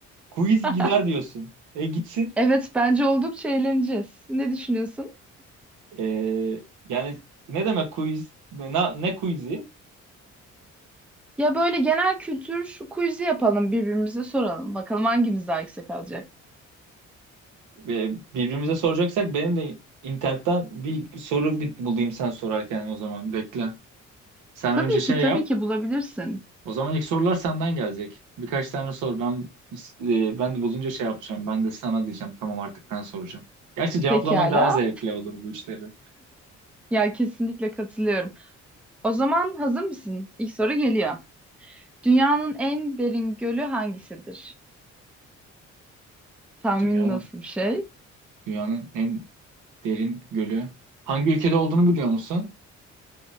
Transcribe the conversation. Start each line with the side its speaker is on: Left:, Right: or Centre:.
Right: Quiz
Centre: <laughs>
Right: gider diyorsun. E gitsin.
Centre: Evet, bence oldukça eğleneceğiz. Ne düşünüyorsun?
Right: E, yani ne demek quiz? Ne, na- ne quiz'i?
Centre: Ya böyle genel kültür quiz'i yapalım, birbirimize soralım. Bakalım hangimiz daha yüksek alacak.
Right: E, birbirimize soracaksak benim de internetten bir soru bir bulayım sen sorarken o zaman. Bekle. Sen
Centre: Tabii
Right: önce şey
Centre: ki, tabii
Right: yap.
Centre: ki bulabilirsin.
Right: O zaman ilk sorular senden gelecek. Birkaç tane sor. Ben e, ben de bulunca şey yapacağım. Ben de sana diyeceğim. Tamam artık ben soracağım. Gerçi cevaplamak
Centre: Pekala.
Right: daha zevkli olur bu işleri.
Centre: Ya kesinlikle katılıyorum. O zaman hazır mısın? İlk soru geliyor. Dünyanın en derin gölü hangisidir? Tahmin
Right: Dünyanın
Centre: nasıl bir şey?
Right: dünyanın en derin gölü. Hangi ülkede olduğunu biliyor musun?